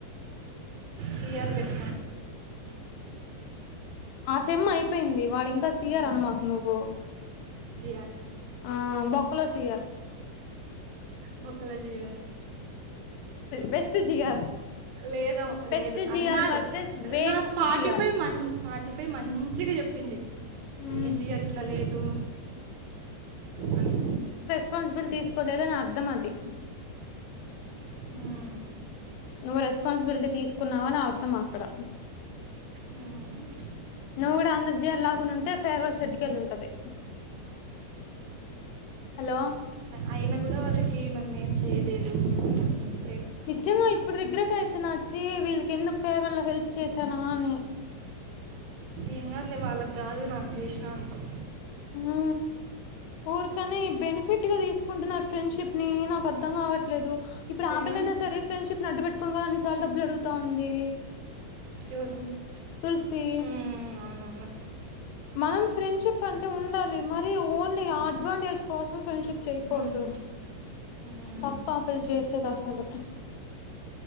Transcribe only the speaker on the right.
సియార్ బెట్
సియారు
బొక్కలో జిఆర్
లేదం
లేదు
అన్నారు
నాకు ఫార్టీ
ఫైవ్ మ ఫార్టీ ఫైవ్ మం మంచిగా చెప్పింది
ఏ జిఆర్ ఇట్లా లేదు అని
మ్మ్.
మ్మ్.
అయినా కూడా వాళ్ళకి మనం ఏం చేయలేదు అ
ఏం కాదులే వాళ్ళకి కాదు నాకు చేసినా అనుకో
నేను
ఎవరు ఉ
అవునవును
మ్మ్. మ్మ్.